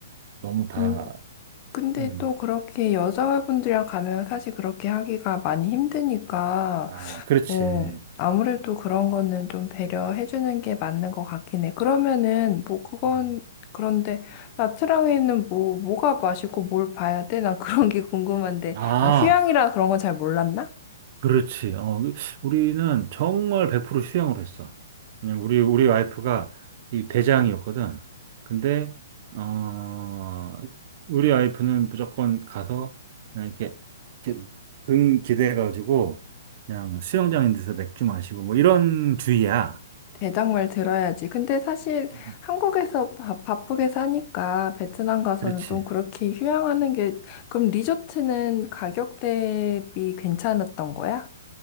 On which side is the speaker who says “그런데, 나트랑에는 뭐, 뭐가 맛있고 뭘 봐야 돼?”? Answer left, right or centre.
Left